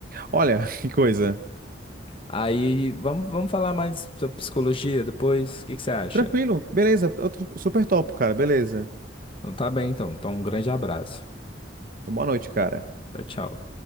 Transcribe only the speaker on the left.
Aí vamos, vamos falar mais sobre psicologia depois. O que que você acha?
Então tá bem, então. Então um grande abraço.
Tchau, tchau.